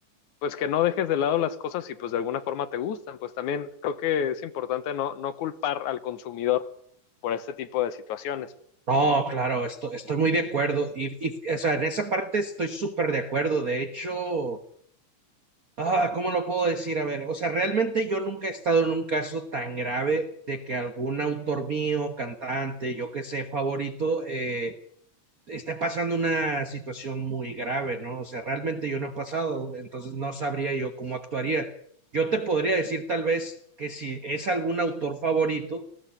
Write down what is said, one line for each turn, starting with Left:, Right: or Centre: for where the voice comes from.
Left: pues que no dejes de lado las cosas y pues de alguna forma te gustan, pues también creo que es importante no, no culpar al consumidor por este tipo de situaciones,
Right: No, claro, esto, estoy muy de acuerdo. Y, y, o sea, en esa parte estoy súper de acuerdo. De hecho, ah, ¿cómo lo puedo decir? A ver, o sea, realmente yo nunca he estado en un caso tan grave de que algún autor mío, cantante, yo que sé, favorito, eh, está pasando una situación muy grave, ¿no? O sea, realmente yo no he pasado, entonces no sabría yo cómo actuaría. Yo te podría decir tal vez que si es algún autor favorito,